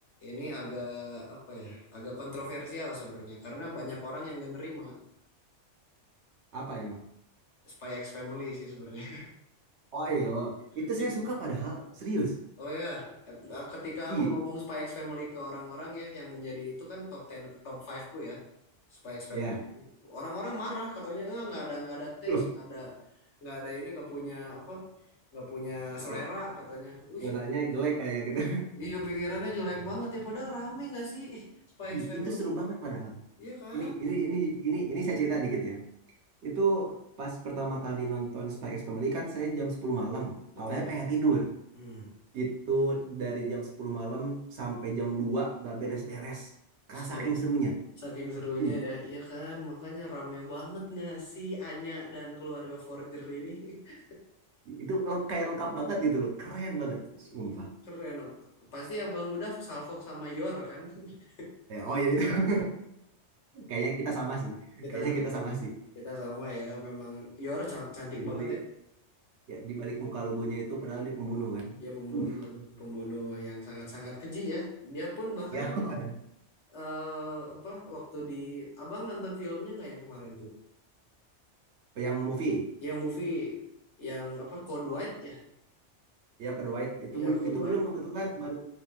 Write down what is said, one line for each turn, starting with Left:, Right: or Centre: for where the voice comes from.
Left: ini agak apa ya? Agak kontroversial sebenarnya karena banyak orang yang gak nerima
Right: Apa emang?
Left: Spy X Family sih sebenarnya.
Right: Oh iya, oh.
Left: <laughs>
Right: itu saya suka padahal, serius.
Left: Oh ya, eh, ketika
Right: Iya,
Left: aku ngomong Spy X Family ke orang-orang ya, yang menjadi itu kan top 10, top 5 ku ya, Spy X
Right: ya.
Left: Family. Orang-orang marah katanya, eh nggak ada nggak ada taste,
Right: Loh,
Left: nggak ada nggak ada ini nggak punya apa, nggak punya
Right: iya,
Left: selera katanya. Wih,
Right: warnanya jelek kayak gitu.
Left: iya pikirannya jelek banget ya, padahal rame nggak sih <laughs>
Right: <laughs>
Left: Spy
Right: Ih,
Left: X Family?
Right: itu seru banget padahal.
Left: Iya kan,
Right: Ini ini ini ini ini saya cerita dikit ya. Itu pas pertama kali nonton Spy X Family kan saya jam 10 malam.
Left: betul.
Right: Awalnya pengen tidur.
Left: Hmm.
Right: Itu dari jam 10 malam sampai jam 2 gak beres-beres. Ka-
Left: Seru.
Right: Saking serunya.
Left: Saking serunya
Right: Ih,
Left: ya, iya kan, makanya rame banget nggak sih Anya dan keluarga Forger ini. <laughs>
Right: itu leng- kayak lengkap banget gitu loh. Keren banget, sumpah.
Left: Iya, keren. Pasti Abang udah Salfok sama Yor kan? <laughs>
Right: Ya, oh ya <laughs> Kayaknya kita sama sih.
Left: Kita
Right: Kayaknya
Left: sama.
Right: kita sama sih.
Left: Kita sama ya. Memang Yor ca- cantik
Right: Di balik
Left: banget ya.
Right: ya di balik muka logonya itu padahal dia pembunuh kan.
Left: Ya pembunuh,
Right: Uh,
Left: aduh, pembunuh yang sangat-sangat keji ya. Dia pun bahkan
Right: ya <laughs> ada.
Left: eh, apa waktu di Abang nonton filmnya nggak yang kemarin tuh?
Right: Yang movie.
Left: Yang movie yang apa Code
Right: Oh,
Left: White ya?
Right: ya Kode White itu
Left: Ya
Right: belum
Left: Code
Right: itu
Left: White.
Right: belum kebetulan baru